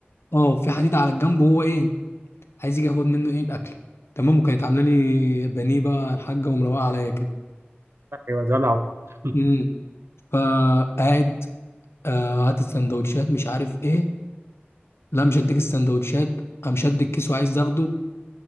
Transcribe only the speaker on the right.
يا دلع <laughs>